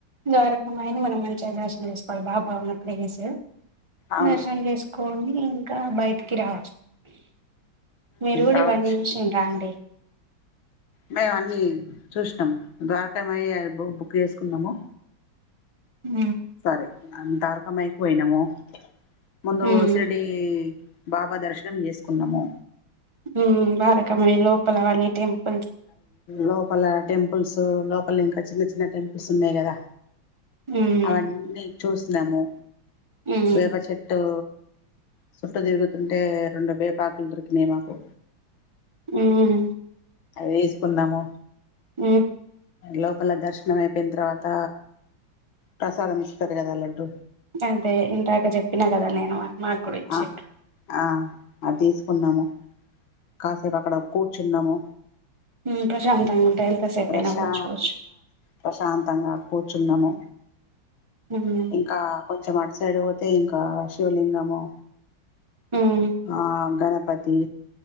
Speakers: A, on the right; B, on the left.
A: ద్వారకమాయి లో మనం మంచిగా దర్శనం చేసుకోవాలి బాబా ఉన్న ప్లేస్
B: అవును
A: దర్శనం చేసుకొని ఇంకా బాయ్ కీరా మీరు కూడా
B: రావచ్చు
A: ఇవన్నీ <unintelligible> అండి
B: మేము అన్నీ చూసినాం ద్వరకామ బుక్ చేసుకున్నాము
A: హు
B: సరే దార్క మకి పోయినము ముందు
A: ఉమ్
B: సిరిడి బాబ దర్శనం చేసుకున్నాము
A: <unintelligible>
B: లోపల టెంపుల్స్ లోపల ఇంకా చిన్న చిన్న టెంపుల్స్ ఉన్నాయి కదా
A: ఉమ్
B: అవన్నీ చూసినాము
A: ఉమ్
B: వేపచెట్టు సుట్ట తిరుగుతుంటే రెండు వేపాకులు దొరికినాయి మాకు
A: ఉమ్
B: వేసుకున్నాము
A: ఉ
B: లోపల దర్శనం అయిపోయిన తర్వాత ప్రసాదం ఇస్తారు కదా లడ్డు
A: అదే ఇంతాక చెప్పిన కదా నేను మాకుడిచి
B: ఆ ఆ అది తీసుకున్నాము కాసేపు అక్కడ కూర్చున్నాము
A: హ్మ్ ప్రశాంతంగా ఉంటాయి ఎంతసేపైనా
B: ప్రశా
A: కూర్చోవచ్చు.
B: ప్రశాంతంగ కూర్చున్నాము
A: హ్మ్
B: ఇంకా కొంచెం అటు సైడు పోతే ఇంకా శివలింగము
A: హ్మ్
B: ఆ గర పటి